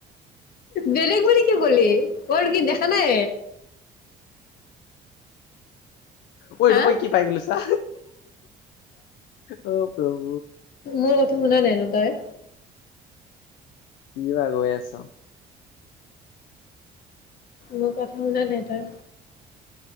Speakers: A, on the left; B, on the left.
A: বেলেগ বুলি কি কলি গ'ল কি দেখা নাই
B: ঐ এইটো
A: হা
B: মই কি পাই গলো ছা অ প্ৰভ-
A: মোৰ কথা শুনা নাই ন তই?
B: কি বা গৈ আছ
A: মোৰ কথা শুনা নাই তই